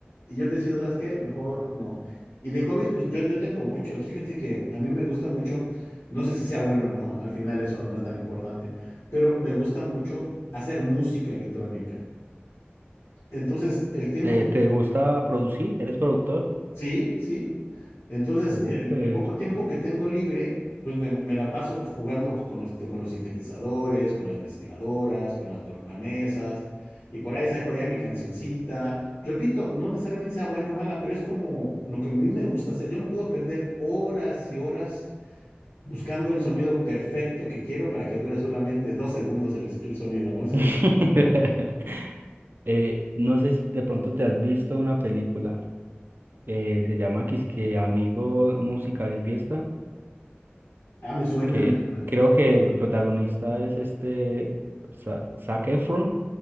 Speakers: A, on the left; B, on the right.
A: y yo decido, ¿sabes qué? Mejor no. Y de hobbies, pues yo, yo tengo muchos. Fíjate que a mí me gusta mucho, no sé si sea bueno o no, al final eso no es tan importante, pero me gusta mucho hacer música electrónica. Entonces, el tiempo
B: ¿Te,
A: que...
B: te gusta producir? ¿Eres productor?
A: Sí, sí, Entonces,
B: Súper.
A: el, el poco tiempo que tengo libre, pues me, me la paso pues, jugando co- con, este, con los sintetizadores, con las mezcladoras, con las tornamesas, y por ahí saco ya mi cancioncita. Repito, no necesariamente sea buena o mala, pero es como lo que a mí me gusta hacer. Yo me puedo perder horas y horas buscando el sonido perfecto que quiero para que dure solamente dos segundos el, el sonido, ¿no? Si
B: <laughs>
A: me-
B: Eh, no sé si de pronto te has visto una película, eh, se llama Quisque Amigo, Música y Fiesta,
A: ah, me suena,
B: que
A: me suena.
B: creo que el protagonista es este Sa- Zac Efron,